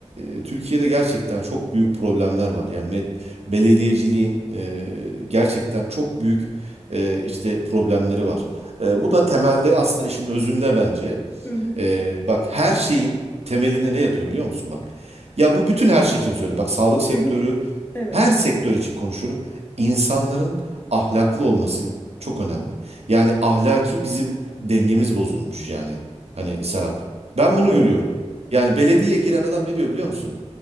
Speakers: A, on the right; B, on the left.
A: e, Türkiye'de gerçekten çok büyük problemler var. Yani med- belediyeciliğin e, gerçekten çok büyük e, işte problemleri var. E, bu da temelde aslında işin özünde bence.
B: hı hı.
A: Ee, bak her şeyin temelinde ne yatıyor biliyor musun bak. Ya bu bütün her şey için söylüyorum. Bak sağlık sektörü,
B: hı hı. Evet.
A: her sektör için konuşurum. İnsanların ahlaklı olması çok önemli. Yani ahlaki bizim dengemiz bozulmuş yani. Hani Serap. Ben bunu
B: Evet.
A: görüyorum. Yani belediyeye giren adam ne diyor biliyor musun?